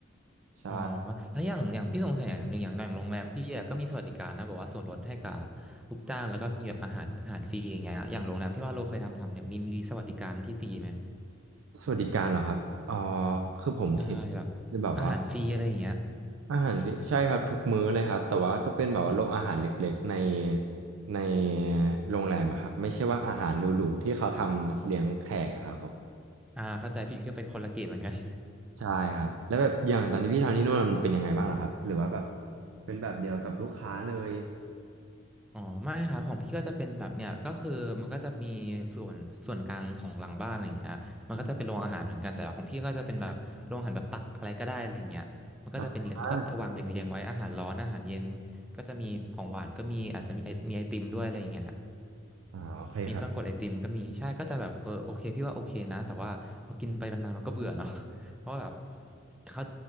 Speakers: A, on the right; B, in the centre.
A: ใช่
B: อ๋อแล้วอย่างอย่างพี่สงสัยอย่างหนึ่งอย่างอย่างโรงแรมพี่อะก็มีสวัสดิการนะแบบว่าส่วนลดให้กับลูกจ้างแล้วก็มีแบบอาหารอาหารฟรีอย่างเงี้ยอย่างโรงแรมที่ว่าโลเคยทำทำเนี่ยมีมีสวัสดิการที่ดีไหม
A: สวัสดิการเหรอครับเอ๋อคือผมเห็น
B: ใช่แบบอาหารฟรีอะไรอย่างเงี้ย
A: คือแบบว่า อาหารฟิใช่ครับทุกมื้อเลยครับแต่ว่าก็เป็นแบบว่าโรงอาหารเล็กๆในในโรงแรมอะครับไม่ใช่ว่าอาหารหรูๆที่เขาทำเลี้ยงแขกอะครับผม
B: อ่าเข้าใจพี่ก็เป็นคนละเกมเหมือนกัน
A: ใช่ครับแล้วแบบอย่างตอนที่พี่ทำที่นู่นมันเป็นยังไงบ้างเหรอครับหรือว่าแบบเป็นแบบเดียวกับลูกค้าเลย
B: อ๋อไม่ครับของพี่ก็จะเป็นแบบเนี่ยก็คือมันก็จะมีส่วนส่วนกลางของหลังบ้านอะไรอย่างเงี้ยมันก็จะเป็นโรงอาหารเหมือนกันแต่ว่าของพี่ก็จะเป็นแบบโรงอาหารแบบตักอะไรก็ได้อะไรอย่างเงี้ยมันก็จะเป็นเขาก็จะวางเรียงๆไว้อาหารร้อนอาหารเย็น
A: อ่า
B: ก็จะมีของหวานก็มีอาจจะมีไอมีไอติมด้วยอะไรอย่างเงี้ย
A: อ่าโอเคครับ
B: มีเครื่องกดไอติมก็มีใช่ก็จะแบบเออโอเคพี่ว่าโอเคนะแต่ว่าพอกินไปนานๆมันก็เบื่อเนาะ <laughs> เพราะว่าแบบเขา